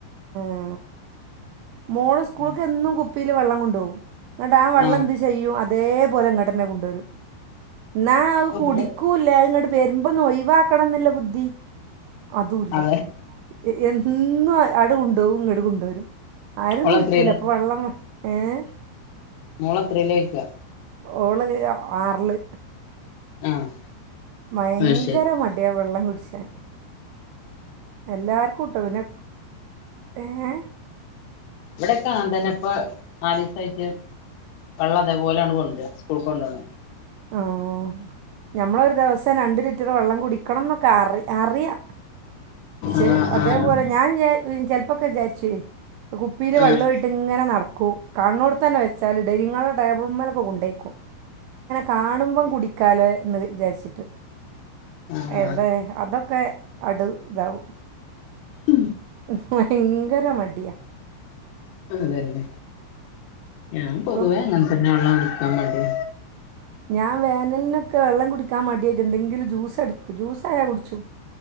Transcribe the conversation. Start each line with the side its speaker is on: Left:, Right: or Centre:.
Right: ആ മോള് സ്കൂളക്
Left: മടി
Right: എന്നും കുപ്പില് വെള്ളം
Left: ആഹ്
Right: ചെയ്യും അതേപോലെ ഇങ്ങട്ടന്നെ കൊണ്ടുവരും ന്നാ കൂടി
Left: ഇവിടെ
Right: പ്പൂല്ല അഹ് ഇങ്ങട്ട് വരുമ്പം ഇന്നാ ഒഴിവാക്കണംന്നില്ല ബുദ്ധി അതുംല്ല
Left: അതെ
Right: എന്നും ആണ്ട് കൊണ്ടവും ഇങ്ങട് കൊണ്ടരും ആരും
Left: ഓളെത്രയിലാ
Right: കുടിക്കൂല ഇപ്പ വെള്ളം ഏഹേ?
Left: മോള് എത്രേല ചോയ്ക്ക?
Right: ഓള് ആർല്
Left: ആഹ്
Right: ഭയങ്കര
Left: അത് ശരി
Right: മടിയാ വെള്ളം കുടിച്ചാന്
Left: ഉം
Right: എല്ലാർക്കുംട്ടോ പിന്നെ ഏഹേ?
Left: ഇബടെക്കെ അങ്ങൻത്തന്നെ ഇപ്പ നാലീസായിട്ട് വെള്ളം അതേപോലാണ്ട് കൊണ്ട് വരാ സ്ക്കൂൾക് കൊണ്ടോണെ
Right: ആഹ് ഞമ്മളൊരു ദിവസം രണ്ട് ലിറ്റർ വെള്ളം കുടിക്കണം എന്നൊക്കെ അറി അറിയാ പക്ഷേ
Left: ആഹ്
Right: അതേപോലെ ഞാൻ ചെലപ്പോക്കെ വിചാരുച്ചേ കുപ്പീല് വെള്ളുവായിട്ട്
Left: ആഹ്
Right: ഇങ്ങനെ നടക്കൂ കാണ് ണോട്ത്തന്നെ വെച്ചാല് ഡെയ്നിങ്ങാളില് ടേബിൾമ്മലൊക്കെ കൊണ്ടേ കാണുമ്പം കുടിക്കാലോ എന്ന് വിചാരിച്ചിട്ട്
Left: ആഹ്
Right: എവടെ
Left: ആഹ്
Right: അതൊക്കെ ആട്ട് ഇതാവും
Left: ഉം
Right: ഭയങ്കര മടിയാ
Left: അതന്നെ ഞാൻ
Right: ഇപ്പം
Left: പൊതുവേ അങ്ങനെ തന്നെ വെള്ളം കുടിക്കാൻ മടിയ
Right: ഞാൻ വേനലിനൊക്കെ വെള്ളം കുടിക്കാൻ മടിയായിട്ട് എന്തെങ്കിലും ജ്യൂസ് അടിക്കു ജ്യൂസായ കുടിക്കും